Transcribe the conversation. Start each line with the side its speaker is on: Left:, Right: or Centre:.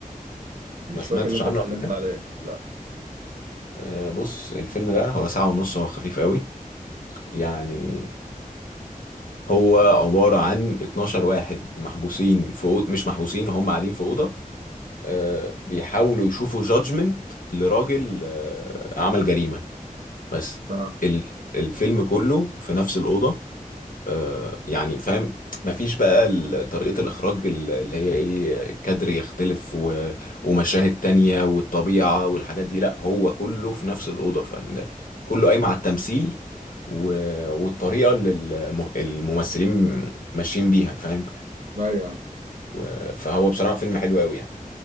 Right: مش
Left: ما سمعتش
Right: فاكر ان انت
Left: عنه
Right: اتكلمت
Left: قبل كده
Right: عليه لا
Left: آه، بص الفيلم ده هو ساعة ونص هو خفيف قوي يعني هو عبارة عن 12 واحد محبوسين في أوض... مش محبوسين هم قاعدين في أوضة آه، بيحاولوا يشوفوا جادجمنت لراجل آه، عمل جريمة بس
Right: اه
Left: ال... الفيلم كله في نفس الأوضة آه، يعني فاهم مفيش بقى ال- طريقة الإخراج ال- اللي هي إيه الكادر يختلف و... ومشاهد تانية والطبيعة والحاجات دي لأ هو كله في نفس الأوضة فكله قايم على التمثيل و... والطريقة اللي الم- الممثلين ماشيين بيها فاهم
Right: ايوه
Left: و... فهو بصراحة فيلم حلو أوي يعني